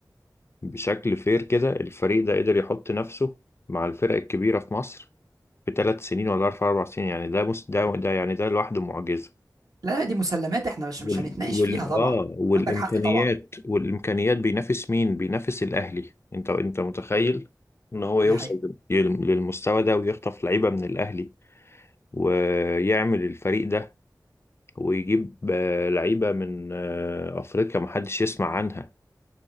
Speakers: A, on the left; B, on the right.
A: بشكل فير كده الفريق ده قدر يحط نفسه مع الفرق الكبيره في مصر في ثلاث سنين ولا اربع اربع سنين يعني ده مس... ده ده يعني ده لوحده معجزه
B: لا دي مسلمات احنا مش
A: وال...
B: مش هنتناقش
A: وال...
B: فيها
A: اه
B: طبعا
A: والامكانيات
B: عندك حق طبعا
A: والامكانيات بينافس مين بينافس الاهلي انت انت متخيل ان هو
B: دي
A: يوصل
B: حقيقه
A: لل- للمستوى ده ويخطف لعيبه من الاهلي ويعمل الفريق ده ويجيب آه، لعيبة من آه، أفريقيا محدش يسمع عنها